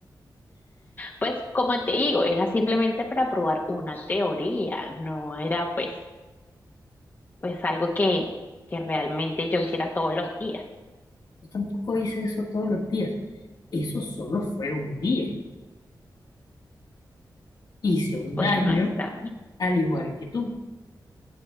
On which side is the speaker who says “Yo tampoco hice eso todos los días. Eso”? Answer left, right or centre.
Left